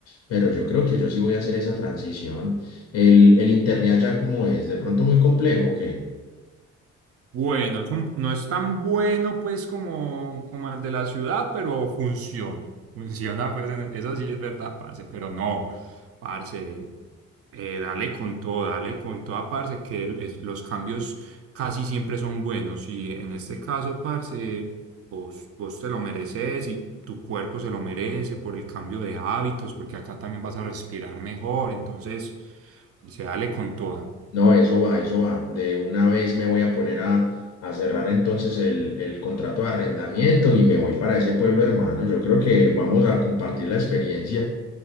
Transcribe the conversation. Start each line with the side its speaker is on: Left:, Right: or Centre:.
Left: pero yo creo que yo sí voy a hacer esa transición. El, el internet ya como es de pronto muy complejo, que
Right: Bueno, es un- no es tan bueno pues como, como el de la ciudad, pero funciona. Funciona, pues en- eso sí es verdad, parce, pero no, parce, eh, dale con todo, dale con toda, parce, que el- es- los cambios casi siempre son buenos y en este caso, parce, vos, vos te lo mereces y tu cuerpo se lo merece por el cambio de hábitos, porque acá también vas a respirar mejor, entonces, pues, se dale con toda.
Left: no, eso va, eso va. De una vez me voy a poner a, a cerrar entonces el, el contrato de arrendamiento y me voy para ese pueblo hermano. Yo creo que vamos a compartir la experiencia